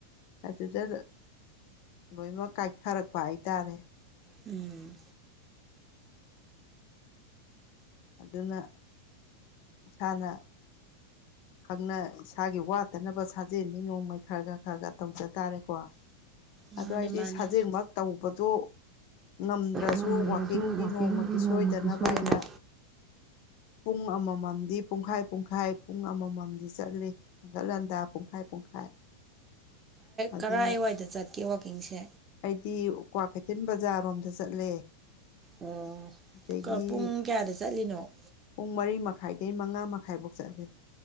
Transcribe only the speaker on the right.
ꯎꯝ
ꯃꯥꯅꯦ
ꯃꯥꯅꯦ
ꯉꯝꯗ꯭ꯔꯁꯨ
ꯋꯥꯛꯀꯤꯡꯗꯤ
ꯅꯣꯡꯃꯒꯤ
ꯁꯣꯏꯗꯅ
ꯀꯔꯥꯏꯋꯥꯏꯗ ꯆꯠꯀꯦ ꯋꯥꯛꯀꯤꯡꯁꯦ
ꯑꯣ
ꯄꯨꯡ ꯀꯌꯥꯗ ꯆꯠꯂꯤꯅꯣ